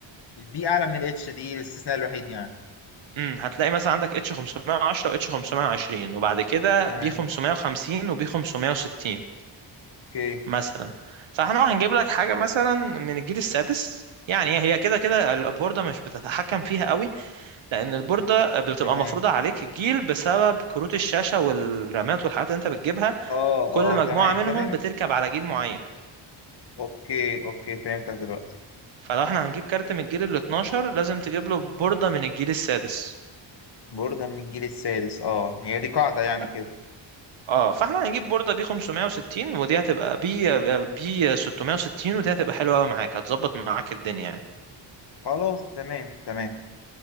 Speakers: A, on the left (about 55°); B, on the right (about 70°).
A: دي اعلى من الاتش دي الاستثناء الوحيد يعني
B: امم هتلاقي مثلا عندك اتش 510 واتش 520 وبعد كده
A: تمام
B: بي 550 وبي 560
A: اوكي
B: مثلا فاحنا هنجيب لك حاجه مثلا من الجيل السادس يعني هي كده كده البورده مش بتتحكم فيها قوي لان البورده بتبقى
A: تمام
B: مفروضه عليك الجيل بسبب كروت الشاشه والرامات والحاجات اللي انت بتجيبها
A: اه
B: كل
A: اه
B: مجموعه
A: تمام
B: منهم
A: تمام
B: بتركب على جيل معين
A: اوكي اوكي فهمتك دلوقتي
B: فلو احنا هنجيب كارت من الجيل ال 12 لازم تجيب له بورده من الجيل السادس
A: بوردة من الجيل السادس اه هي دي قاعدة يعني
B: ف-
A: كده
B: اه فاحنا هنجيب بورده بي 560 ودي هتبقى بي بي 660 ودي هتبقى حلوه قوي معاك هتظبط معاك الدنيا يعني
A: خلاص تمام تمام